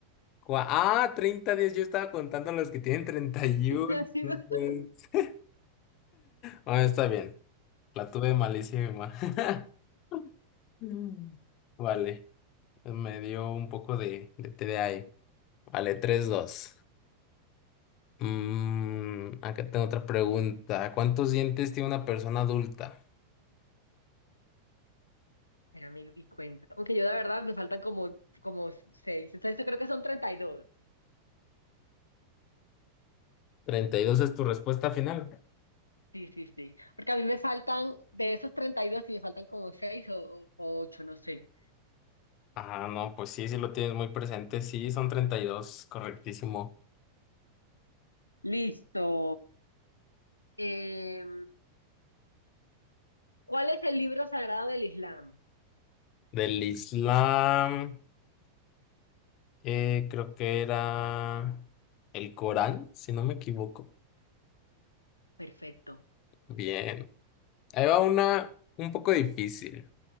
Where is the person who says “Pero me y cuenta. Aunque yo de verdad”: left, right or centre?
Left